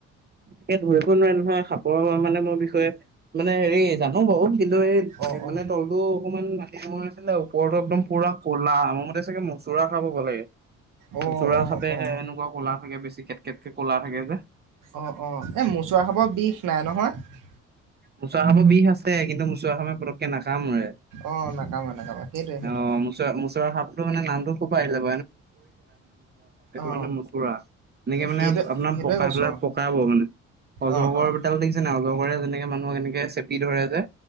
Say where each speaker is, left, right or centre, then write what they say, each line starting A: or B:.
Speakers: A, on the right (about 30°); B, on the right (about 70°).
A: <unintelligible> নহয় সাপৰ মানে মোৰ বিষয়ে মানে হেৰি জানো বাৰু। <unintelligible>
B: অ অ
A: মানে তলটো অকমান মাটি <unintelligible> ওপৰতো একদম পুৰা ক'লা মোৰ মতে চাগে মুচৰা খাব বহে।
B: অ
A: মূচুৰা
B: অ
A: সাপে
B: অ
A: এনেকুৱা কলা থাকে বেছি কেটকটকে ক'লা থাকে যে।
B: অ অ এই মোচোৱা সাপৰ বিষ নাই নহয়।
A: মুচুৱা সাপৰ বিষ আছে কিন্তু মুচুৱা খাবে পকে নাকামুৰে।
B: অ নাকামে নাকামে সেইটোৱে সেইটোৱে
A: অ মুচৰা মুচৰা সাপটো মানে নামটো <unintelligible> <unintelligible> সেইটো
B: অ
A: মানে মচুৰা এনেকে মানে
B: সেইটো
A: আপোনাৰ
B: সেইটোৱে
A: পকাই
B: কৈছো
A: পেলাই পকাব মানে। অজগৰ
B: অ অ
A: বিতাল দেখিছে ন অজগৰে যেনেকে মানুহক এনেকে চেপি ধৰে যে।